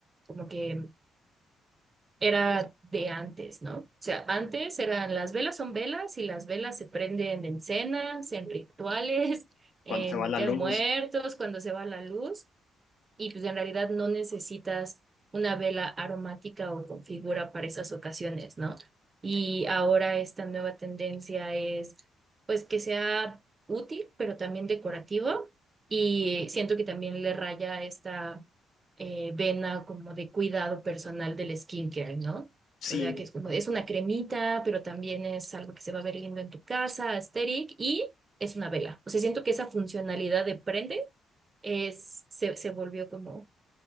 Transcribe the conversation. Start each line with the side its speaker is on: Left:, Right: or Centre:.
Right: como que era de antes, ¿no? O sea, antes eran las velas son velas y las velas se prenden en cenas, en rituales, <laughs> en
Left: Cuando se va la
Right: Día
Left: luz.
Right: de Muertos, cuando se va la luz y pues en realidad no necesitas una vela aromática o con figura para esas ocasiones, ¿no? Y ahora esta nueva tendencia es pues que sea útil, pero también decorativo y eh, siento que también le raya esta eh, vena como de cuidado personal del skincare, ¿no?
Left: Sí.
Right: O sea, que es como, es una cremita, pero también es algo que se va a ver lindo en tu casa, aesthetic, y es una vela. O sea, siento que esa funcionalidad de prende es, se, se volvió como